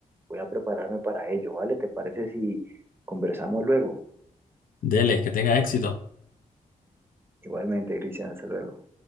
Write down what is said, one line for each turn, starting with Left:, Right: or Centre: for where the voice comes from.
Right: voy a prepararme para ello, ¿vale? ¿Te parece si conversamos luego?
Left: Dele, que tenga éxito.
Right: Igualmente, Cristian, hasta luego.